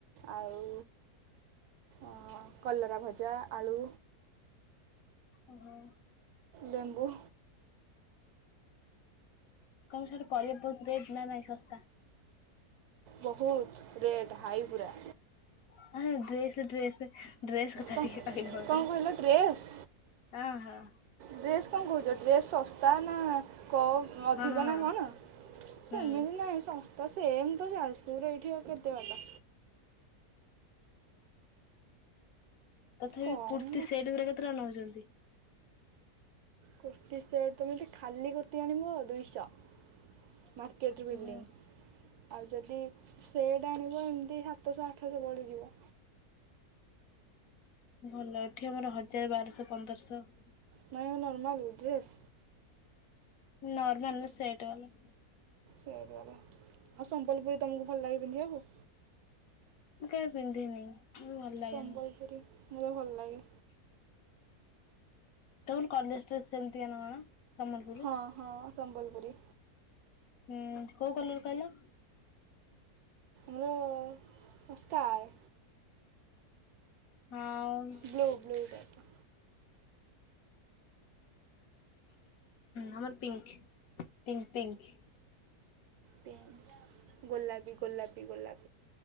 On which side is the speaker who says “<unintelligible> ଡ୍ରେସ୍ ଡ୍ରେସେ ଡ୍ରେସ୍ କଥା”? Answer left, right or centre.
Left